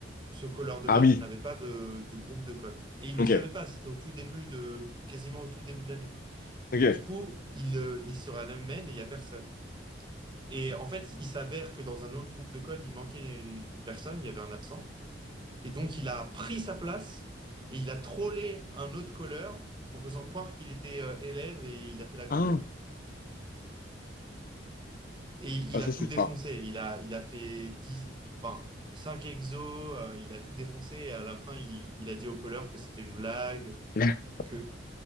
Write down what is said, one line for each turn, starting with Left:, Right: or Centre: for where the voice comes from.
Right: ce colleur de
Left: Ah
Right: maths
Left: oui,
Right: n'avait pas de, de groupe de colle. Et il ne
Left: ok,
Right: le savait pas, c'était au tout début de, quasiment au tout début de l'année.
Left: ok.
Right: Du coup, il, euh, il se ramène et il n'y a personne. Et en fait, il s'avère que dans un autre groupe de colle, il manquait une personne, il y avait un absent. Et donc, il a pris sa place et il a trollé un autre colleur en faisant croire qu'il était euh, élève et il a fait la colle
Left: Ah,
Right: de maths. Et il
Left: ah ça
Right: a tout
Left: c'est
Right: défoncé.
Left: fort.
Right: Il a, il a fait 10, enfin, 5 exos, euh, il a tout défoncé et à la fin, il, il a dit au colleur que c'était une blague,
Left: <laughs>
Right: que,